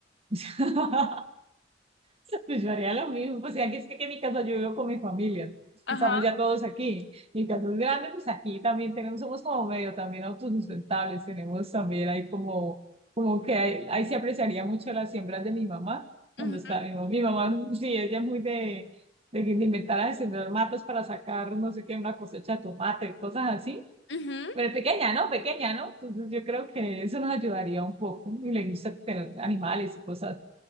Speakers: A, on the right; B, on the left.
A: <laughs> Pues yo haría lo mismo, o sea, que es que, que en mi casa yo vivo con mi familia, pues,
B: Ajá,
A: estamos ya todos aquí, mi casa es grande, pues aquí también tenemos, somos como medio también autosustentables, tenemos también ahí como, como que ahí, ahí se apreciaría mucho las siembras de mi mamá, cuando
B: ujú,
A: está mi mamá, mi mamá, sí, ella es muy de, de, que- de inventar de sembrar matas para sacar, no sé qué, una cosecha de tomate, cosas así,
B: ujú.
A: pero pequeña, ¿no? Pequeña, ¿no? Entonces yo creo que eso nos ayudaría un poco, y le gusta tener animales y cosas